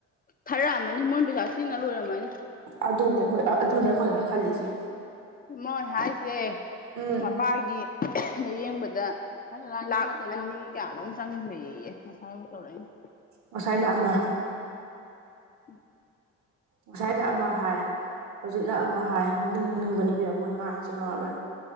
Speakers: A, on the left; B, on the right.
A: ꯊꯥꯔꯛꯑꯃꯅꯤ ꯃꯣꯏꯅ ꯄꯩꯁꯥ ꯁꯤꯖꯤꯟꯅ ꯂꯣꯏꯔꯝꯃꯅꯤ
B: ꯑꯗꯨꯅꯦ ꯑꯩꯈꯣꯏ ꯑꯗꯨꯅꯦ ꯑꯩꯈꯣꯏꯅ ꯈꯜꯂꯤꯁꯦ
A: ꯃꯣꯏ ꯍꯥꯏꯁꯦ
B: ꯎꯝ
A: ꯃꯄꯥꯒꯤ ꯂꯩꯌꯦꯡꯕꯗ ꯂꯥꯛ ꯑꯅꯤ ꯀꯌꯥꯅꯣꯝ ꯆꯡꯒ꯭ꯔꯦꯌꯦ ꯉꯁꯥꯏ ꯃꯨꯛ ꯇꯧꯔꯛꯏꯅꯤ
B: ꯉꯁꯥꯏꯅ ꯑꯃ
A: ꯎꯝ <inaudible>
B: ꯉꯁꯥꯏꯅ ꯑꯃ ꯍꯥꯏ ꯍꯧꯖꯤꯛꯅ ꯑꯃ ꯍꯥꯏ ꯉꯥꯡꯅꯤꯡ ꯉꯥꯡꯅꯤꯡꯕꯅꯦ ꯏꯕꯦꯝꯃ ꯃꯣꯏ ꯉꯥꯡꯉꯤꯁꯦ ꯈꯪꯉꯕ꯭ꯔꯥ